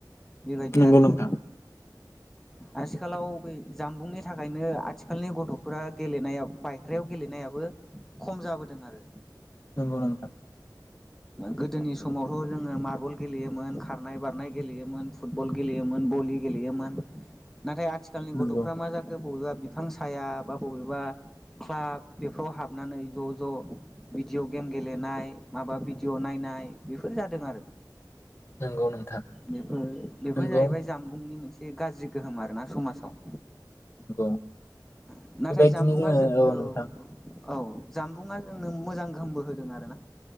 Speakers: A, in the centre; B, on the left (about 35°).
A: बेबायदि
B: नंगौ
A: आरो
B: नोंथां
A: आथिखालाव बे जामबुंनि थाखायनो आथिखालनि गथ'फोरा गेलेनाया बायह्रायाव गेलेनायाबो खम जाबोदों आरो
B: नोंगौ नोंथां
A: गोदोनि समावथ' जोङो मार्बल गेलेयोमोन खारनाय बारनाय गेलेयोमोन फुटबल गेलेयोमोन भलि गेलेयोन नाथाय आथिखालनि गथ'फ्रा
B: नंगौ
A: मा जाखो बबेबा बिफां साया बा बबेबा क्लाब बेफोराव हाबनानै ज' ज' भिडिअ' गेम गेलेनाय माबा भिडिअ' नायनाय बेफोर जादों आरो।
B: नंगौ नोंथां
A: बेफोर बेफोर
B: नंगौ
A: जाहैबाय जामबुंनि मोनसे गाज्रि गोहोम आरोना समाजाव
B: नंगौ।
A: उम नाथाय
B: बेबायदिनो
A: जानबुंआ
B: जोङो
A: जो औ
B: नोंथां
A: औ जामबुंङा जोंनो मोजां गोहोमबो होदों आरोना